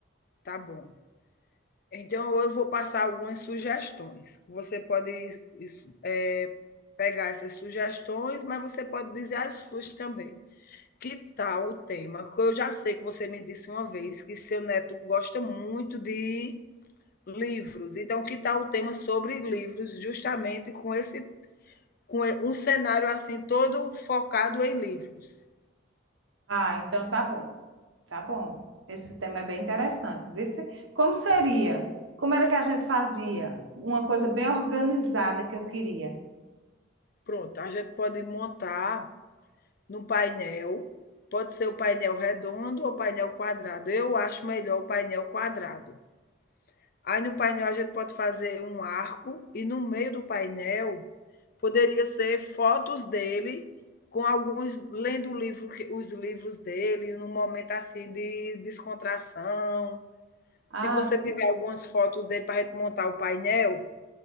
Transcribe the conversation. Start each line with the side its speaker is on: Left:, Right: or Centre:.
Left: Tá bom. Então eu vou passar algumas sugestões. Você pode isso, é, pegar essas sugestões, mas você pode dizer as suas também. Que tal o tema? Que Eu já sei que você me disse uma vez que seu neto gosta muito de Livros. Então, que tal o tema sobre livros, justamente com esse com um cenário assim todo focado em livros.
Right: Ah, então tá bom, tá bom. Esse tema é bem interessante, viu? sim? Como seria? Como era que a gente fazia? Uma coisa bem organizada que eu queria.
Left: Pronto, a gente pode montar num painel, pode ser o painel redondo ou painel quadrado. Eu acho melhor o painel quadrado. Aí no painel a gente pode fazer um arco e no meio do painel poderia ser fotos dele com alguns lendo o livro, os livros dele, num momento assim de descontração,
Right: Ah,
Left: Se você tiver algumas fotos dele para a gente montar o painel,